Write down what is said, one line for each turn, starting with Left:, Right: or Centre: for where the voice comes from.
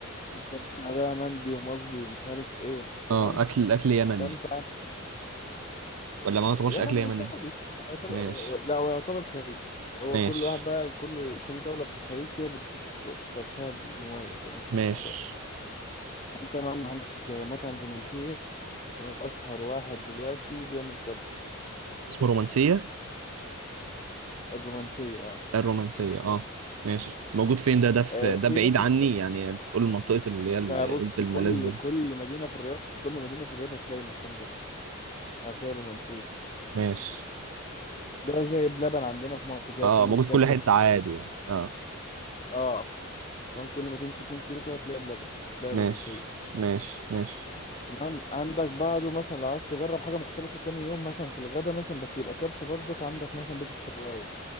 Left: انت بتاع بقى مندي ومصبي ومش عارف ايه تمام
Right: اه اكل اكل يمني
Left: فانت
Right: ولا ما يعتبرش
Left: يمني
Right: اكل يمني
Left: وسعودي يعتبر
Right: ماشي
Left: لا هو يعتبر خليج هو
Right: ماشي
Left: كل واحد بقى كل كل دولة في الخليج كده بتضيف ت- تاتشها المميز يعني في
Right: ماشي
Left: الموضوع انت مثلا عندك مطعم رومانسية تمام أشهر واحد دلوقتي بيعمل كبسة
Right: اسمه رومانسية
Left: الرومانسية اه
Right: الرومانسية اه ماشي موجود فين ده ده في
Left: آه،
Right: ده
Left: في
Right: بعيد
Left: بيت
Right: عني
Left: الش
Right: يعني انت تقول المنطقة اللي هي اللي
Left: ده بص
Right: قلت الملاذ
Left: كل
Right: دي
Left: كل مدينة في الرياض كل مدينة في الرياض هتلاقي المكان ده هتلاقي الرومانسية
Right: ماشي
Left: ده زي بلبن عندنا في مصر كده
Right: اه
Left: هتلاقيه
Right: موجود
Left: منتشر
Right: في كل حتة
Left: في
Right: عادي
Left: في-
Right: يعني اه
Left: اه كمان كل ما تمشي 2 كيلو كده هتلاقي بلبن هتلاقي
Right: ماشي
Left: رومانسية
Right: ماشي ماشي
Left: تمام عندك بعده مثلا لو عايز تجرب حاجة مختلفة تاني يوم مثلا في الغدا مثلا بس يبقى كبسة برضك عندك مثلا بيت الشوايه